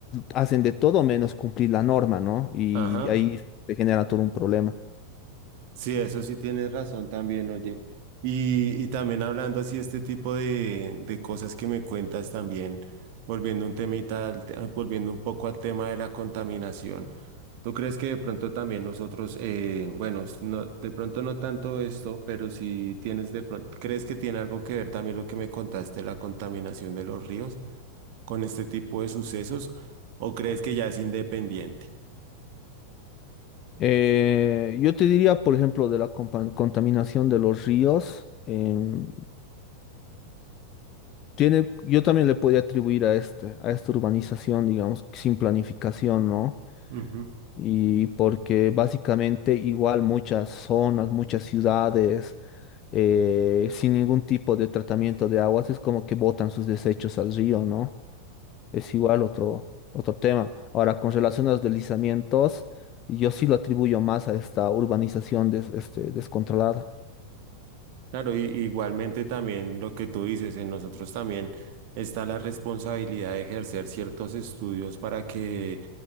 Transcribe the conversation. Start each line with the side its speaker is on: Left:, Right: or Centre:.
Left: hacen de todo menos cumplir la norma, ¿no? Y
Right: Ajá.
Left: ahí se genera todo un problema.
Right: Sí, eso sí tienes razón también, oye. Y, y también hablando así este tipo de, de cosas que me cuentas también, volviendo un temita, al te- ah, volviendo un poco al tema de la contaminación. ¿Tú crees que de pronto también nosotros, eh, bueno, s- no, de pronto no tanto esto, pero si tienes de pronto, ¿crees que tiene algo que ver también lo que me contaste, la contaminación de los ríos? con este tipo de sucesos o crees que ya es independiente?
Left: Eh, yo te diría, por ejemplo, de la compa- contaminación de los ríos. em, tiene, yo también le podría atribuir a este, a esta urbanización, digamos, sin planificación, ¿no?
Right: Ujú.
Left: y porque básicamente igual muchas zonas, muchas ciudades, eh, sin ningún tipo de tratamiento de aguas, es como que botan sus desechos al río, ¿no? Es igual otro, otro tema. Ahora, con relación a los deslizamientos, yo sí lo atribuyo más a esta urbanización des- este, descontrolada.
Right: Claro, y, igualmente también lo que tú dices, en nosotros también está la responsabilidad de ejercer ciertos estudios para que